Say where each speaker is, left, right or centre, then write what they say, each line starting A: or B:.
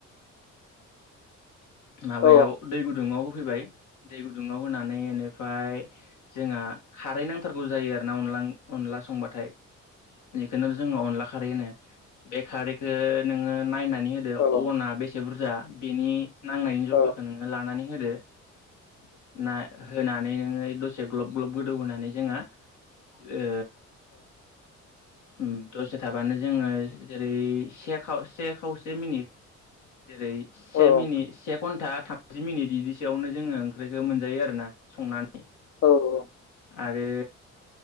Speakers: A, on the left (about 50°); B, on the left (about 80°).
A: <unintelligible>
B: माबायाव
A: औ
B: दै गुदुङाव होबाय दै गुदुंआव होनानै इनिफाय जोंहा खारै नांथारगौ जायो आरोना अन बां अनला संबाथाय। बेखौनो जोङो अनला खारै होनो बे खारैखौ नोङो नायना नै होदो
A: औ औ
B: अना बेसे बुरजा बेनि नांनायनि
A: औ
B: जखाखौ नोङो लानानै होदो।
A: <unintelligible>
B: ना होनानै नोङो दसे ग्लब ग्लब गोदौ होनोनानै जोङो ओ ओ ओम दसे थाबानो जोङो जे रै से खाव से खावस से मिनिट जेरै-
A: औ
B: से मिनिट से घन्टा थामजि मिनिट इदिस यावनो जोङो ओंख्रिखौ मोनजायो आरो ना संनानै
A: औऔ
B: आरो